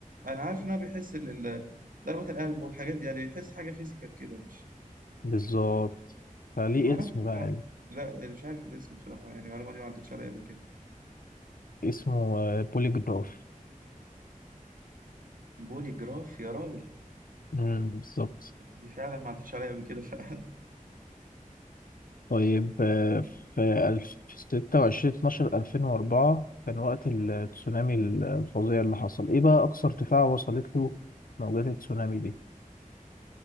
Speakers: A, on the right; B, on the left.
A: انا عارف ان هو بيحس ال... ال- ضربة القلب والحاجات دي يعني بيحس حاجة فيزيكال كده مش
B: بالظبط فليه
A: ما اعرفش
B: اسم بقى
A: بصراحة
B: علمي.
A: لا مش عارف الاسم بصراحة يعني المعلومة دي ما عدتش عليا قبل كده
B: اسمه آه، بوليجراف
A: بولي جراف يا راجل
B: امم بالظبط
A: دي فعلا ما عدتش عليا قبل كده فعلا
B: طيب آه، في ألف- في 26 12 2004 كان وقت التسونامي الفظيع اللي حصل ايه بقى اقصى ارتفاع وصلت له موجات التسونامي دي